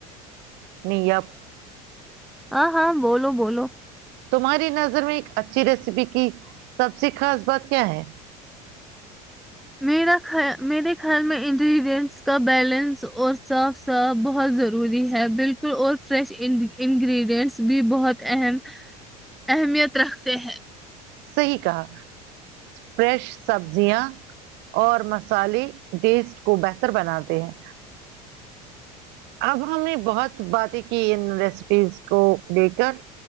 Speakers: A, on the right (about 60°); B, in the centre.
A: نی آپ
B: ہاں ہاں بولو بولو
A: تمہاری نظر میں ایک اچھی ریسیپی کی سب سے خاص بات کیا ہے
B: میرا میرے خیال میں انگریڈینٹس کا بیلنس اور صاف صاف بہت ضروری ہے بالکل اور فریش انگریڈینٹس بھی بہت اہم اہمیت رکھتے ہیں
A: صحیح کہا فریش سبزیاں اور مسالے ٹیسٹ کو بہتر بناتے ہیں اب ہم نے بہت باتیں کی ان ریسیپیز کو دے کر